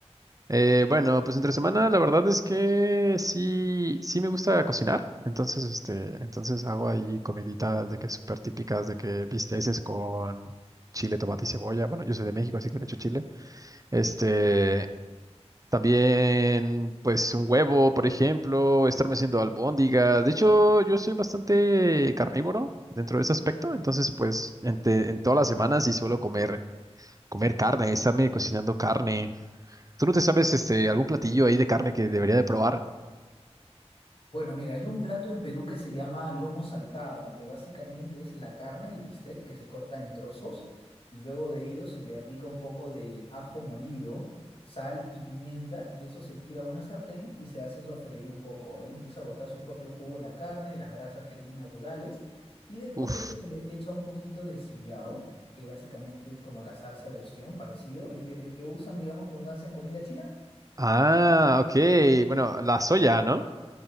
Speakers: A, on the right; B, on the left.
A: Eh, bueno, pues entre semana la verdad es que sí, sí me gusta cocinar, entonces este, entonces hago ahí comiditas de que súper típicas, de que bisteces con chile, tomate y cebolla. Bueno, yo soy de México, así que le echo chile. Este, también pues un huevo, por ejemplo, estarme haciendo albóndigas. De hecho, yo soy bastante carnívoro dentro de ese aspecto, entonces pues en, en todas las semanas sí suelo comer comer carne, estarme cocinando carne. ¿Tú no te sabes este algún platillo ahí de carne que debería de probar?
B: Bueno, mira, hay un plato en Perú que se llama lomo saltado, que básicamente es la carne, el bistec, que se corta en trozos y luego de ello se le aplica un poco de ajo molido, sal y pimienta y eso se tira a una sartén y se hace sofreír un poco. Ahí empieza a botar su propio jugo la carne, las grasas que tienen naturales y después
A: Uf.
B: de eso se le echa un poquito de sillao, que básicamente es como la salsa de ostión, parecido, el que, el que usan, digamos, cuando hacen comida china.
A: Ah, ok. Bueno, la soya, ¿no? <laughs>